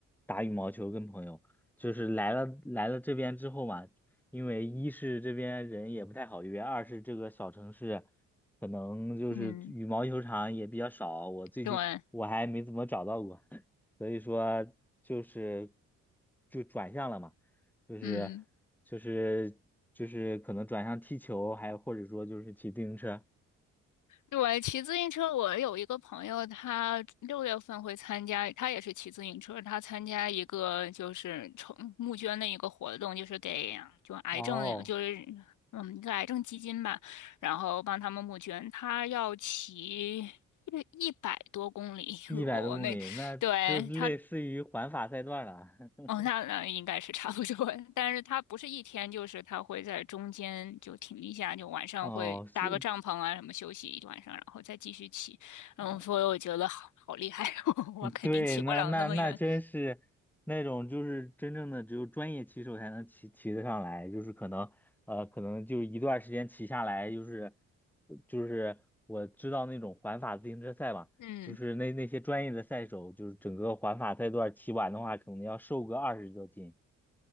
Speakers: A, in the centre; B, on the left.
A: 打羽毛球，跟朋友，就是来了来了这边之后嘛，因为一是这边人也不太好约，二是这个小城市可能就是羽毛球场也比较少，
B: 嗯，
A: 我最近我还没怎么找到过，
B: 对，
A: <laughs> 所以说就是就转向了嘛，就是就是就是可能转向踢球，
B: 嗯。
A: 还有或者说就是骑自行车。
B: 对，骑自行车，我有一个朋友，他六月份会参加，他也是骑自行车，他参加一个就是筹募捐的一个活动，就是给就癌症就是
A: 哦。
B: 嗯一个癌症基金吧，然后帮他们募捐，他要骑一一百多公里，
A: 一百多公里，
B: 如果我没对他。
A: 那就类似于环法赛段了。<laughs>
B: 哦，那那应该是差不多，<laughs> 但是它不是一天，就是它会在中间就停一下，就晚上会搭个帐篷啊什么休息一晚上，
A: 哦，是
B: 然后再继续骑。嗯，
A: 啊，
B: 所以我觉得好好厉害，<laughs> 我肯定骑不了那么远。
A: 嗯对，那那那真是那种就是真正的只有专业骑手才能骑骑得上来，就是可能呃可能就一段时间骑下来，就是就是我知道那种环法自行车赛嘛，
B: 嗯，
A: 就是那那些专业的赛手，就是整个环法赛段骑完的话，可能要瘦个二十多斤。